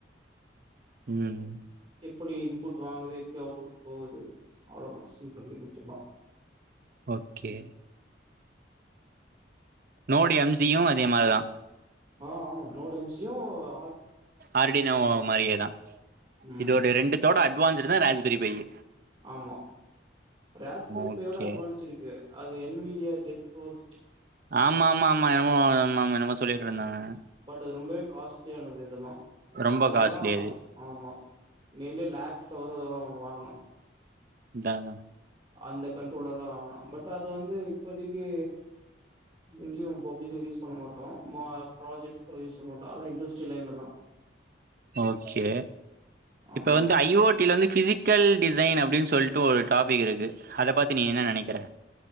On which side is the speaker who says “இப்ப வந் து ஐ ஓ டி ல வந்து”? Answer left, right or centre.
Right